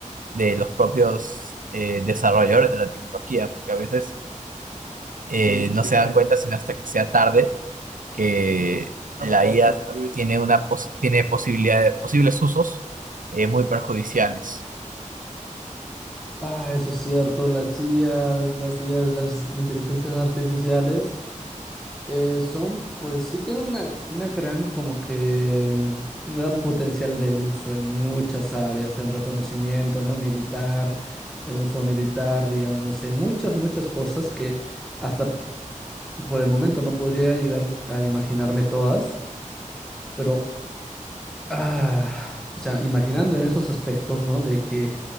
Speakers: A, on the right; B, in the centre.
A: de los propios eh, desarrolladores de la tecnología, porque a veces eh, no se dan cuenta sino hasta que sea tarde que la IA I A tiene una pos- tiene posibilidad- posibles usos eh, muy perjudiciales.
B: Ah, eso es cierto, las IAs, las IAs, las inteligencias artificiales eh, son, pues sí tienen una, una gran, como que, un gran potencial de uso en muchas áreas, en reconocimiento, ¿no? Militar, en uso militar, digamos, en muchas, muchas cosas que hasta por el momento no podría llegar a imaginarme todas, pero, ah, o sea, imaginando en esos aspectos, ¿no? De que